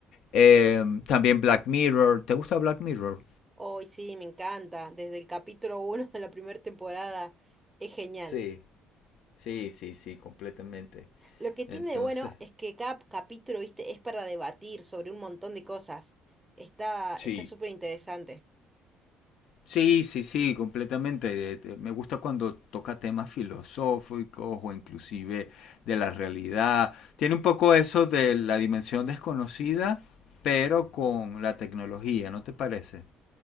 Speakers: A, on the left (about 70°); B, on the right (about 15°).
A: Em, también Black Mirror. ¿Te gusta Black Mirror?
B: Hoy sí, me encanta. Desde el capítulo uno de la primera temporada, es genial.
A: Sí, sí, sí, sí, completamente.
B: Lo que tiene
A: Entonces,
B: de bueno es que cada capítulo, viste, es para debatir sobre un montón de cosas. Está,
A: sí.
B: está súper interesante.
A: Sí, sí, sí, completamente. Eh, eh, Me gusta cuando toca temas filosóficos o inclusive de la realidad. Tiene un poco eso de la dimensión desconocida, pero con la tecnología, ¿no te parece?